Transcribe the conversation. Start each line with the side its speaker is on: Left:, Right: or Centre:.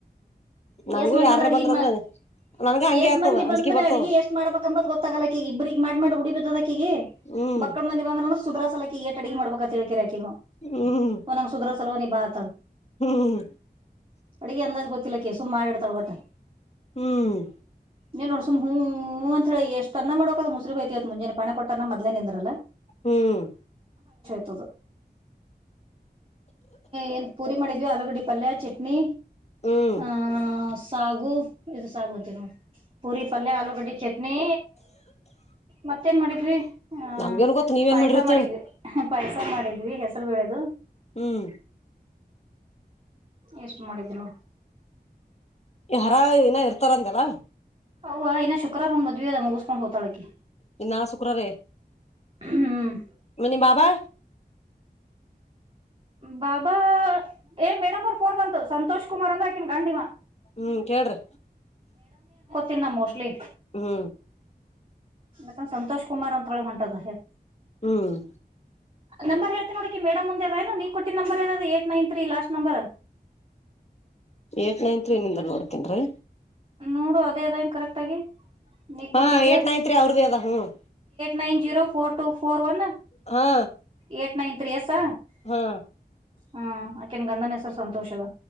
Left: ನನ್ಗೂ
Right: ಯಏಸ್ ಮಂದಿ
Left: ಯಾರ
Right: ಬಂದ್ರೆ
Left: ಬಂದ್ರಂದ್ರ
Right: ಅಡ್
Left: ನನ್ಗ ಹಂಗೆ
Right: ಯೇಸ್
Left: ಆತದ
Right: ಮಂದಿ
Left: ಅಂಜಿಕೆ
Right: ಬಂದ್ರೆ
Left: ಬರ್ತದ
Right: ಅಡ್ಗೆ ಎಷ್ಟ್ ಮಾಡ್ಬೇಕಂಬತ್ ಗೊತ್ತ ತಗಲಾಕ ಇಬ್ರಿಗೆ ಮಾಡಿ ುಡಿ ಬದಕಿಗೆ
Left: ಹ್ಮ್
Right: ಬಕ್ಳ ಮಂದ ಬಂದ್ರಂದ್ರೆ ಸು್ರಾ ಸಲಕ ಏಟಡಿಗೆ ಮಾಡಬೇಕು ತಿಳಿಕ ರಗ
Left: ಹ್ಮ್
Right: ಒ ನ್ ಸುದರಾ ಸಲವ ನೀ ಬಾತ
Left: ಹ್ಮ್
Right: ಅಡ್ಗೆ ಎಂದಾಜ ಗೊತ್ತಿಲ್ಲ ಕೇಸುಮ ಮಾಡಾಡ್ತಳ ಒಟ್ಟ
Left: ಹ್ಮ್
Right: ನೀನ್ ನೋಡ್ ಸುಮ್ ಹೂ ಅಂತ ಹೇಳ ಎಷ್ಟ ಅನ್ನ ಮಾಡಕ ಅ ಮೊಸರುಗ್ಯಐತಿವತ್ ಮುಜೆ ಪೆ ಕೊಟ್ಟ ಅ ಮದ್ೇ ನಿಂದ್ರಲ್ಲ
Left: ಹ್ಮ್
Right: ತ್ತುದು ಏನ್ ಪೂರಿ ಮಾಡಿದ್ವಿ ಆಲೂಗಡ್ಡೆ ಪಲ್ಯ ಚಟ್ನಿ
Left: ಹ್ಮ್
Right: ಆಹ ಸಾಗು ಇದು ಸಾಗು ಅಂತ ನ ಪೂರಿ ಪಲ್ಯ ಆಲೂಗಡ್ಡಿಡೆ ಚಟ್ನಿ ಮತ್ತೇನ್ ಮಾಡಿದ್ವಿ ಆ
Left: ನಮ್ಗೇನ್ ಗೊತ್ತ ನೀವೇನ್
Right: ಪಾಯಸ
Left: ಮಾಡಿರ್ತೇಳಿ
Right: ಮಾಡಿದ್ವಿ ಪೈಸ ಮಾಡಿದ್ವಿ ಹೆಸರು ಬೆಳೆದು
Left: ಹ್ಮ್
Right: ಎಷ್ಟು ಮಾಡಿದ್ರು
Left: ಈ ಹರ ಇನ ಇರ್ತಾರಂದಲ್ಲ
Right: ಹ ಇನ್ನಾ ಶುಕ್ರಾರು ಒ ಮದ್ವಿ ಅದ ಮುಗಿಸಕೊಂಡ ಹತಾಳಕ್ಕೆ
Left: ಇನ್ ನಾಳ ಶುಕ್ರಾರ
Right: ಹ್ಮ್
Left: ನಿಮ್ ಬಾಬಾ
Right: ಬಾಬಾ ಏ ಮೇಡಮ್ ಅವರು ಫೋನ್ ಬಂತು ಸಂತೋಷ್ ಕುಮಾರ್ ಅಂದ್ರಕಿನ್ ಕಂಡಿವ
Left: ಹ್ಮ್ ಕೇಳ್ರಿ
Right: ತಿನ್ನ ಮೋಸ್ಟ್ಲಿ
Left: ಹ್ಮ
Right: ಮಕಂದ ಸಂತೋಷ್ ಕುಮಾರ್ ಅಂತ ಹೇಳಿ ಹೊಂಟದ
Left: ಹ್ಮ್
Right: ನಂಬರ್ ಹೇಳ್ತೆನ ನೋಡಕಿ ಮೇಡಮ್ಂದ್ದಏ ನೀ ಕೊಟ್ಟಿದ ನಂಬರ್ಾವದ ಏಟ್ ನೈನ್ ೀ last number
Left: eight nine three ನಿಂದ ನೋಡ್ತೇನ್ರೀ
Right: ನೋಡು ಅದೇ ಅದ ಕರೆಕ್ಟ್ ಆಗಿ ನೀ
Left: ಹಾ
Right: ಕೊಟ್ಟಿದ್ದೆ...
Left: ಏಟ್ ನೈನ್ ತ್ರೀ ಅವ್ರದೇ ಅದ ಹ್ಮ್
Right: nine zero four two four one..
Left: ಹಾ
Right: ಏಟ್ ನೈನ್ ತ್ರೀಯಸಾ
Left: ಹಾ
Right: ಹ್ಮ್ ಆಕೆನ್ ಗಂಡನ ಹೆಸರು ಸಂತೋಷ ಅದ